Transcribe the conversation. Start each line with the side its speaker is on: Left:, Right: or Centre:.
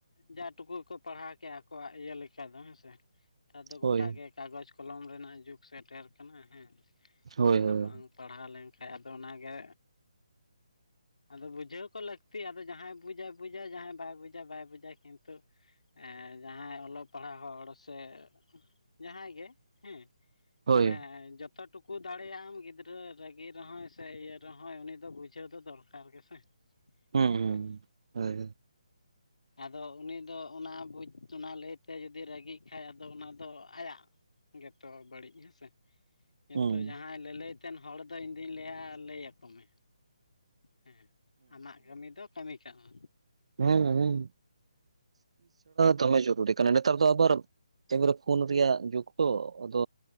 Left: ᱡᱟ ᱴᱩᱠᱩ ᱠᱚ ᱯᱟᱲᱦᱟᱣ ᱠᱮᱭᱟ᱾ ᱟᱠᱚᱣᱟᱜ ᱤᱭᱟᱹ ᱞᱮᱠᱟ ᱫᱚ ᱦᱮᱸᱥᱮ ᱱᱮᱛᱟᱨ ᱫᱚ
Right: ᱦᱳᱭ
Left: ᱜᱚᱴᱟ ᱜᱮ ᱠᱟᱜᱚᱡᱽ ᱠᱚᱞᱚᱢ ᱨᱮᱱᱟᱜ ᱡᱩᱜᱽ ᱥᱮᱴᱮᱨ ᱠᱟᱱᱟ ᱦᱮᱸ
Right: ᱦᱳᱭ
Left: ᱟᱫᱚ
Right: ᱦᱳᱭ
Left: ᱵᱟᱝ ᱯᱟᱲᱦᱟᱣ ᱞᱮᱱᱠᱷᱟᱡ ᱟᱫᱚ ᱚᱱᱟ ᱜᱮ ᱟᱫᱚ ᱵᱩᱡᱷᱟᱹᱣ ᱠᱚ ᱞᱟᱹᱠᱛᱤ ᱟᱫᱚ ᱡᱟᱦᱟᱸᱭ ᱵᱩᱡᱟᱭ ᱵᱩᱡᱟᱭ ᱡᱟᱦᱟᱸᱭ ᱵᱟᱭ ᱵᱩᱡᱟ ᱵᱟᱭ ᱵᱩᱡᱟ᱾ ᱠᱤᱱᱛᱩᱼᱼ ᱮᱸ ᱡᱟᱸᱦᱟᱭ ᱚᱞᱚᱜ ᱯᱟᱲᱦᱟᱣ ᱦᱚᱲ᱾ ᱥᱮ ᱡᱟᱦᱟᱸᱭ ᱜᱮ ᱦᱮᱸ,
Right: ᱦᱳᱭ
Left: ᱢᱟᱱᱮ ᱡᱚᱛᱚ ᱴᱩᱠ ᱠᱩ ᱫᱟᱲᱮᱭᱟᱜ ᱟᱢ ᱜᱤᱫᱽᱨᱟᱹ ᱨᱟᱹᱜᱤ ᱨᱮᱦᱚᱸᱭ ᱥᱮ ᱤᱭᱟᱹ ᱨᱮᱦᱚᱸᱭ ᱩᱱᱤ ᱫᱚ ᱵᱩᱡᱷᱟᱹᱣ ᱫᱚ ᱫᱚᱨᱠᱟᱨ ᱜᱮ ᱥᱮ᱾
Right: ᱦᱩᱸ
Left: ᱦᱮᱸ
Right: ᱦᱩᱸ ᱦᱳᱭ
Left: ᱟᱫᱚ ᱩᱱᱤ ᱫᱚ ᱚᱱᱟ ᱵᱩᱡᱽ ᱚᱱᱟ ᱞᱟᱹᱭ ᱛᱮ ᱡᱩᱫᱤ ᱨᱟᱹᱜᱤᱜ ᱠᱷᱟᱡ ᱟᱫᱚ ᱚᱱᱟ ᱫᱚ ᱟᱭᱟᱜ ᱜᱮᱛᱚ ᱵᱟᱹᱲᱤᱡ ᱦᱮᱸᱥᱮ, ᱠᱤᱱᱛᱩ
Right: ᱦᱩᱸ
Left: ᱡᱟᱦᱟᱸᱭ ᱞᱟᱹᱞᱟᱹᱭᱛᱮᱱ ᱦᱚᱲ ᱫᱚ ᱤᱧ ᱫᱩᱧ ᱞᱟᱹᱭᱟ ᱞᱟᱹᱭ ᱟᱠᱚ ᱢᱮ ᱦᱮᱸ ᱟᱢᱟᱜ ᱠᱟᱹᱢᱤ ᱫᱚ ᱠᱟᱹᱢᱤ ᱠᱟᱜ ᱠᱟᱱᱟ᱾
Right: ᱦᱩᱸ ᱼ ᱦᱩᱸ ᱫᱚᱢᱮ ᱡᱚᱨᱩᱲᱤ ᱠᱟᱱᱟ ᱱᱮᱛᱟᱨ ᱫᱚ ᱟᱵᱟᱨ ᱯᱷᱳᱱ ᱨᱮᱭᱟᱜ ᱡᱩᱜᱽ ᱛᱚ ᱟᱫᱚᱼᱼᱼ